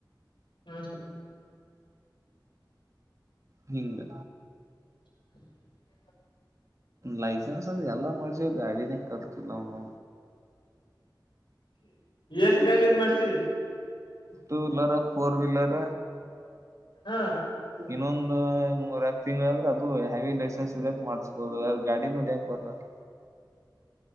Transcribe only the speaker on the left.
ಹ್ಮ ಹ್ಮ
<inaudible>
ಎಸ್ಟ್ ಲೈಸೆಸಸ್ ಮಾಡ್ಸಿ
ಹ್ಮ